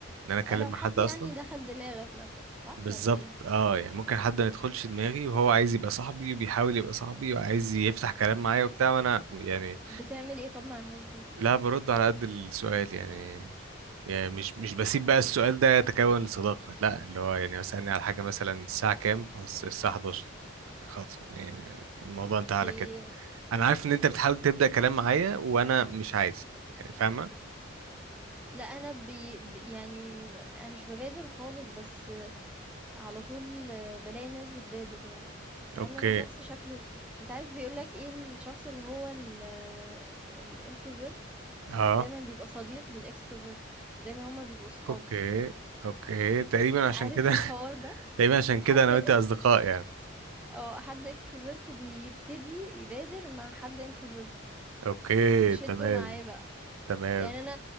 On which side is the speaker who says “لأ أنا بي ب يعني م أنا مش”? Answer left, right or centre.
Centre